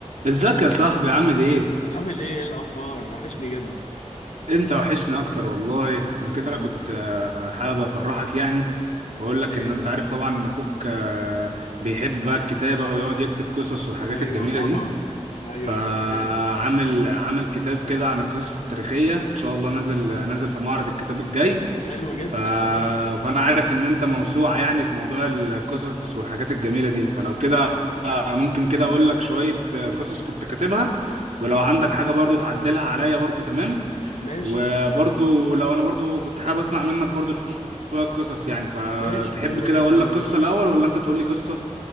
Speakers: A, on the right (about 80°); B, on the left (about 75°).
A: ازيك يا صاحبي عامل ايه؟
B: عامل ايه ايه الاخبار وحشني جدا
A: انت وحشني اكتر والله انا كده كنت
B: أم-
A: آه، حابب افرحك يعني واقول لك
B: ايه
A: ان انت عارف طبعا ان اخوك آه، بيحب بقى الكتابة ويقعد يكتب قصص والحاجات
B: ايوه
A: الجميلة
B: طبعا
A: دي
B: ايوه
A: فعامل
B: يا فنان
A: عامل كتاب كده عن القصص التاريخية ان شاء الله نازل نازل في معرض الكتاب الجاي
B: حلو جدا
A: ف...
B: جدا
A: فانا عارف ان انت موسوعة يعني في موضوع القصص والحاجات الجميلة دي فلو كده
B: بيك
A: ممكن كده اقول لك شوية قصص كنت كاتبها ولو عندك حاجة برضو تعدلها عليا برضو تمام
B: ماشي
A: وبرضو لو انا برضو كنت حابب اسمع منك برضو شوية قصص يعني فتحب
B: ماشي حلو
A: كده
B: جدا
A: اقول لك قصة
B: انا
A: الاول ولا انت تقول لي قصة